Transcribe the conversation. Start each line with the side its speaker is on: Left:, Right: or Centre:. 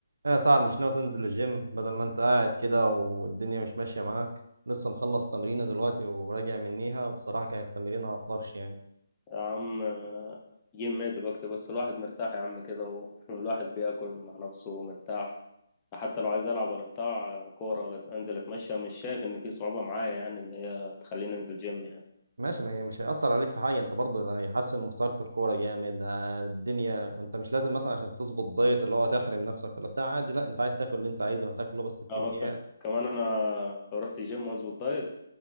Right: يا سعد مش ناوي تنزل الجيم بدل ما انت قاعد كده والدنيا مش ماشية معاك لسه مخلص تمرينة دلوقتي وراجع منيها وبصراحة كانت تمرينة على الطرش يعني
Left: يا عم جيم ايه دلوقتي بس الواحد مرتاح يا عم كده و- <laughs> والواحد بياكل مع نفسه ومرتاح حتى لو عايز العب ولا بتاع كوره ولا انزل اتمشى مش شايف ان في صعوبه معايا يعني اللي هي تخليني انزل جيم يعني
Right: ماشي ما هي مش هيأثر عليك في حاجة انت برضه ده هيحسن مستواك في الكورة جامد ه- الدنيا انت مش لازم مثلا عشان تظبط دايت اللي هو تحرم نفسك ولا بتاع عادي لا انت عايز تاكل اللي انت عايزه هتاكله بس بكميات
Left: اهو ك- كمان انا لو رحت الجيم واظبط دايت